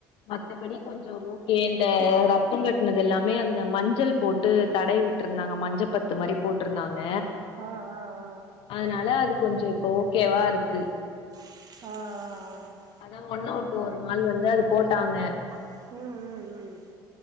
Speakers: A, on the left; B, on the right.
A: மத்தபடி கொஞ்சோ லோக் இந்த ரத்தோ கட்னது எல்லாமே அந்த மஞ்சள் போட்டு தடவி விட்ருந்தாங்க மஞ்ச பத் து மாரி போட்ருந்தாங்க
B: ஆ ஆ ஆ
A: அதனால அது கொஞ்சோ இப்ப ஓகேவா இருக்கு
B: ஹ ஹ ஹ
A: அதா ஒன்னவுட்டு ஒரு நாள் வந்து அது போட்டாங்க
B: ம் ம் ம்